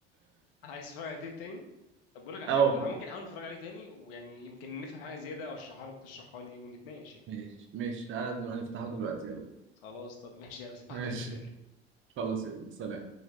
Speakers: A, on the left; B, on the right.
A: عايز تتفرج على تاني تاني طب بقول لك على
B: اه
A: حاجه والله ممكن احاول نتفرج عليه تاني ويعني يمكن نفهم حاجه زياده او اشرحها لك وتشرحها لي ونتناقش يعني
B: ماشي ماشي تعالى نفتحه دلوقتي يلا
A: خلاص طب ماشي يا بس <laughs>
B: ماشي خلاص يلا سلام